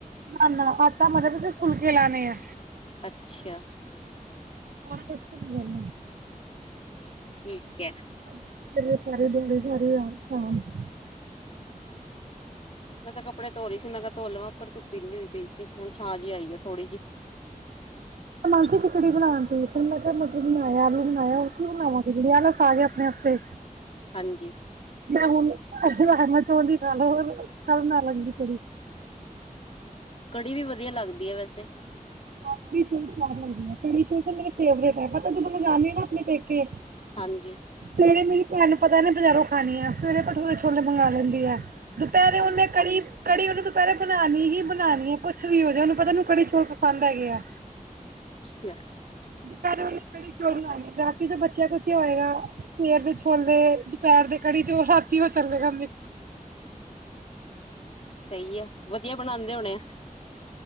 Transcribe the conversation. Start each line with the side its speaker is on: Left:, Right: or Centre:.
Right: ਅਨ, ਆਟਾ ਮਲ <unintelligible> ਫੁਲਕੇ ਲਾਨੇ ਆ।
Left: ਅੱਛਾ।
Right: ਹੋਰ ਕੁਛ ਨੀ ਕਰਨਾ।
Left: ਠੀਕ ਐ।
Right: <inaudible>
Left: ਮੈਂ ਤਾਂ ਕੱਪੜੇ ਧੋਰੀ ਸੀ ਮੈਂ ਕਾ ਧੋ ਲਵਾਂ ਉੱਪਰ ਧੁੱਪ ਇਨੀ ਹੋਈ ਪਈ ਸੀ, ਹੁਣ ਛਾਂ ਜੀ ਆਈ ਆ ਥੋੜੀ ਜੀ। <inaudible>
Right: ਮਾਨ ਸੀ ਖਿਚੜੀ ਬਨਾਣ ਤੇ, ਫਿਰ ਮੈਂ ਕੇਆ ਮਟਰ ਬਨਾਏ ਆ, ਆਲੂ ਬਨਾਏ ਆ ਓ ਕੀਉ ਬਨਾਵਾਂ ਖਿਚੜੀ ਆਲੇ ਖਾਜਾ ਅਪਣੇ ਆਸਤੇ।
Left: ਹਾਂਜੀ।
Right: ਮੈ ਹੁਨ, ਆੱਜ ਰਾਜਮਾ ਚੋਲ ਈ ਖਾਲੋ ਓਰ, ਕਾੱਲ ਬਨਾ ਲਾਂਗੇ ਖਿਚੜੀ।
Left: ਕੜੀ ਵੀ ਵਦੀਆ ਲਾਗਦੀ ਆ ਵੈਸੇ।
Right: ਹਾਂਜੀ, <unintelligible> ਸੁ ਸਵਾਦ ਲਗਦੀ ਐ, ਕੜੀ, ਚੋਲ ਤਾ ਮੇਰੇ ਫੇਵਰੇਟ ਐ, ਪਤਾ ਜਦੋਂ ਮੈਂ ਜਾਂਨੀ ਆ ਨਾ ਆਪਨੇ ਪੇਕੇ
Left: ਹਾਂਜੀ।
Right: ਸਵੇਰੇ ਮੇਰੀ ਭੈਨ ਨੂੰ ਪਤਾ ਐਨੇ ਬਜਾਰੋਂ ਖਾਨੀ ਆ, ਫੇਰ ਏ ਭਠੂਰੇ ਛ ਤੋਲ ਬਣਾ ਲੈਂਦੀ ਐ, ਦੁਪੈਰੇ
Left: ਹਾਂਜੀ
Right: ਓਨੇ ਕੜੀ ਕੜੀ ਓਨੇ ਦੂਪੈਰੇ ਬਨਾਨੀ ਹੀ ਬਨਾਨੀ ਆ, ਕੁੱਛ ਵੀ ਹੋਜੇ ਓਨੂੰ ਪਤਾ ਐਨੂੰ ਕੜੀ ਚੋਲ ਪਸੰਦ ਹੈਗੇ ਆ।
Left: <unintelligible>
Right: ਦੁਪੈਰੇ ਓਨੇ ਕੜੀ-ਚੋਲ ਬਨਾ ਨੇ ਆ, ਰਾਤੀ ਤੇ ਬਚੇਆ ਕਚੇਆ ਹੋਏਆ ਸਵੇਰ ਦੇ ਛੋਲੇ, ਦੁਪੈਰ ਦੇ ਕੜੀ-ਚੋਲ ਹਾਰ <unintelligible>
Left: ਸਈ ਏ, ਵਦੀਆ ਬਣਾਂਦੇ ਹੋਣੇ ਆ।